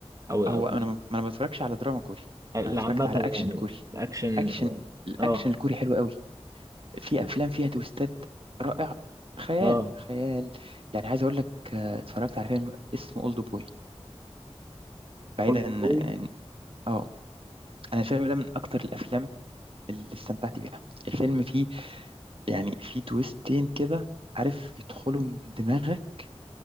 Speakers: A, on the right (about 30°); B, on the right (about 55°).
A: أو أو
B: هو انا ما ما انا بتفرجش على دراما كوري
A: اللي
B: انا اتفرجت
A: عامة
B: على اكشن
A: يعني
B: كوري
A: الأكشن
B: اكشن الاكشن
A: اه
B: الكوري حلو قوي في افلام فيها تويستات رائع خيال
A: اه
B: خيال يعني عايز اقول لك آه، اتفرجت على فيلم اسمه اولد بوي بعيدا
A: كله كوري
B: عن- اه انا الفيلم ده من اكتر الافلام اللي استمتعت بيها الفيلم فيه يعني في تويستين كده عارف يدخلوا من دماغك